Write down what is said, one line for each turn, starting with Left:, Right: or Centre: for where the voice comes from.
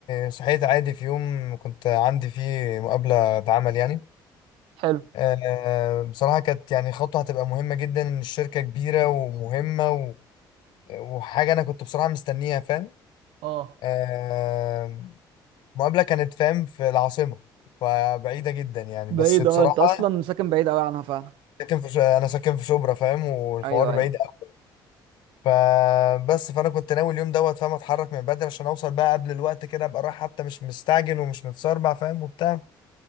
Left: صحيت عادي في يوم كنت عندي فيه مقابلة عمل يعني
Right: حلو
Left: آه بصراحة كانت يعني خطوة هتبقى مهمة جدا إن الشركة كبيرة ومهمة و... وحاجة أنا كنت بصراحة مستنيها فاهم
Right: اه
Left: آه مقابلة كانت فاهم في العاصمة فبعيدة جدا يعني
Right: بعيد
Left: بس بصراحة
Right: اه انت اصلا ساكن بعيد قوي عنها فعلا
Left: ساكن في ش... أنا ساكن في شبرا فاهم والحوار
Right: ايوه
Left: بعيد
Right: ايوه
Left: أوي فبس فأنا كنت ناوي اليوم دوت فاهم أتحرك من بدري عشان أوصل بقى قبل الوقت كده أبقى رايح حتى مش مستعجل ومش متسربع فاهم وبتاع